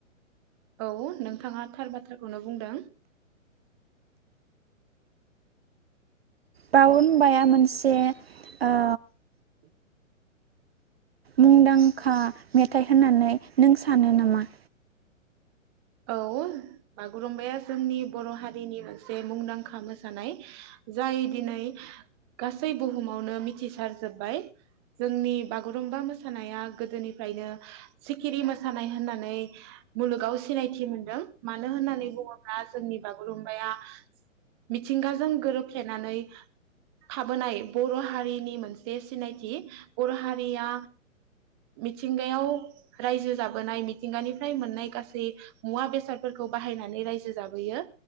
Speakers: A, on the right (about 20°); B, on the right (about 50°).
A: औ नोंथाङा थार बाथ्राखौनो बुंदों
B: बागुरुमबाया मोनसे ओ
A: <inaudible>
B: मुंदांखा मेथाइ होननानै नों सानो नामा?
A: औ बागुरुम्बाया जोंनि बर' हारिनि मोनसे मुंदांखा मोसानाय जाय दिनै गासै बुहुमावनो मिथिसारजोब्बाय जोंनि बागुरुम्बा मोसानाया गोदोनिफ्रायनो सिखिरि मोसानाय होननानै मुलुगाव सिनायथि मोनदों मानो होननानै बुङोब्ला जोंनि बागुरुमबाया मिथिंगाजों गोरोबफ्लेनानै थाबोनाय बर' हारिनि मोनसे सिनायथि बर' हारिया मिथिंगायाव रायजो जाबोनाय मिथिंगानिफ्राय मोननाय गासै मुवा बेसादफोरखौ बाहायनानै रायजो जाबोयो